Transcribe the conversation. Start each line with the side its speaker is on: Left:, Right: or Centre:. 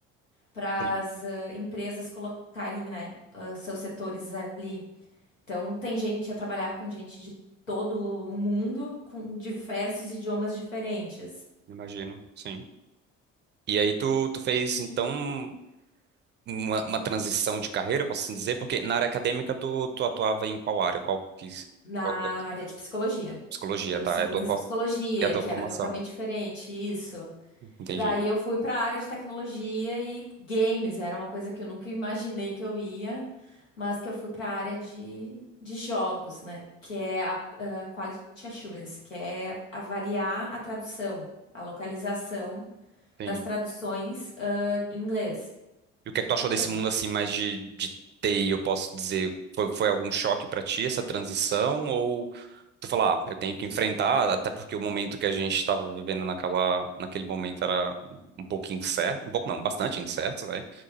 Left: para
Right: Sim.
Left: as empresas colocarem, né, ah, seus setores ali. Então, tem gente a trabalhar com gente de todo o mundo, com diversos idiomas diferentes,
Right: Imagino. Sim. E aí tu, tu fez então uma, uma transição de carreira, posso assim dizer, porque na área acadêmica tu, tu atuava em qual área? Qual que,
Left: na
Right: qual que é a tua-
Left: área de psicologia.
Right: psicologia,
Left: Neurociências
Right: tá? É a tua, fo-
Left: e psicologia,
Right: é a tua
Left: que
Right: formação.
Left: era totalmente diferente, isso.
Right: Entendi.
Left: E daí eu fui para a área de tecnologia e games, era uma coisa que eu nunca imaginei que eu ia, mas que eu fui para a área de, de jogos, né? Que é a, eh, Quality Assurance, que é avaliar a tradução, a localização
Right: Sim.
Left: das traduções, ah, em inglês.
Right: E o que é que tu achou desse
Left: Então,
Right: mundo assim mais de, de TI, eu posso dizer? Foi, foi algum choque pra ti essa transição? Ou tu falar, ah, eu tenho que enfrentar, até porque o momento que a gente estava vivendo naquela, naquele momento era um pouco incerto, um pouco não, bastante incerto, né?